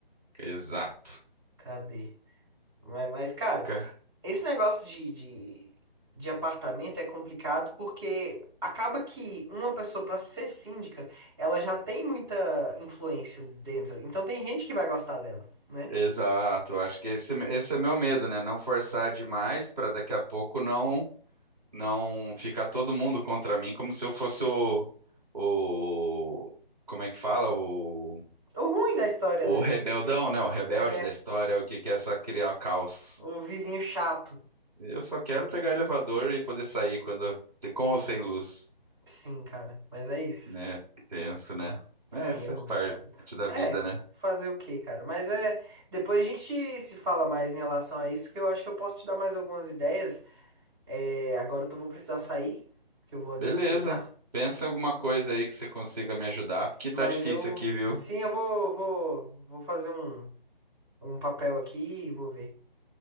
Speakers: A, on the right (about 40°); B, on the right (about 25°).
A: Exato.
B: Cadê? Mas, mas, cara,
A: Ca-
B: esse negócio de, de, de apartamento é complicado porque acaba que uma pessoa, pra ser síndica, ela já tem muita influência dentro. Então tem gente que vai gostar dela, né?
A: Exato. Acho que esse, esse é meu medo, né? Não forçar demais para daqui a pouco não. não ficar todo mundo contra mim como se eu fosse o, o como é que fala? O,
B: O ruim da história,
A: o
B: né?
A: rebeldão, né? O rebelde
B: É,
A: da história, o que que é só criar caos.
B: o vizinho chato.
A: Eu só quero pegar elevador e poder sair quando com ou sem luz,
B: Sim, cara, mas é isso.
A: né? Tenso, né?
B: Sim,
A: É, faz
B: é complicado.
A: parte da
B: É,
A: vida, né?
B: fazer o quê, cara? Mas é. Depois a gente se fala mais em relação a isso, que eu acho que eu posso te dar mais algumas ideias. É, agora eu tô- vou precisar sair, que eu vou ali
A: Beleza.
B: treinar.
A: Pensa em alguma coisa aí que você consiga me ajudar, porque
B: Mas
A: tá difícil
B: eu,
A: aqui, viu?
B: sim, eu vou, vou, vou fazer um, um papel aqui e vou ver.